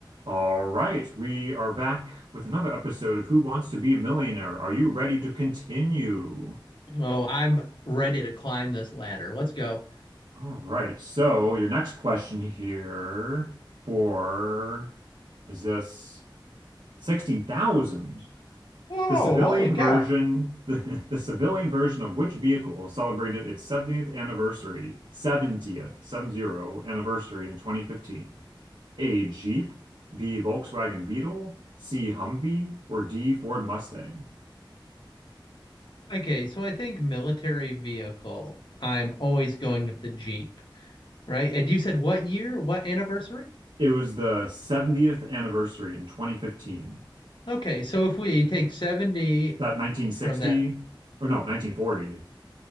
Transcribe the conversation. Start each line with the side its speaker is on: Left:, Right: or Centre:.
Right: All right, we are back with another episode of Who Wants to Be a Millionaire? Are you ready to continue?
Left: Oh, I'm ready to climb this ladder. Let's go.
Right: All right, so your next question here for is this 16,000?
Left: Whoa,
Right: The civilian
Left: holy cow.
Right: version, <laughs> the, the civilian version of which vehicle celebrated its 70th anniversary, 70th, 70 anniversary in 2015? A Jeep, B Volkswagen Beetle, C Humvee, or D Ford Mustang?
Left: Okay, so I think military vehicle. I'm always going with the Jeep, right? And you said what year? What anniversary?
Right: It was the 70th anniversary in 2015.
Left: Okay, so if we take 70
Right: That 1960
Left: from that,
Right: or no, 1940.